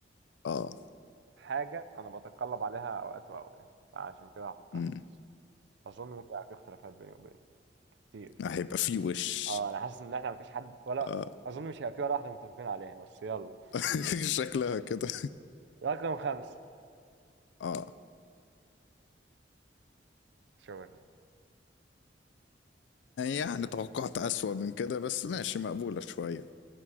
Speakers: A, on the left (about 70°); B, on the right (about 65°).
A: اه
B: حاجة أنا بتقلب عليها أوقات وأوقات فعشان كده هحطها
A: امم
B: خمسة أظن ممكن يبقى في اختلافات بيني وبينك كتير
A: هيبقى فيه وش
B: أه أنا حاسس إن إحنا مفيش حد ولا
A: اه
B: أظن مش هيبقى في ولا واحدة متفقين عليها بس يلا
A: <laughs> شكلها كده
B: رقم خمسة
A: اه
B: شاورما
A: يعني توقعت أسوأ من كده بس ماشي مقبولة شوية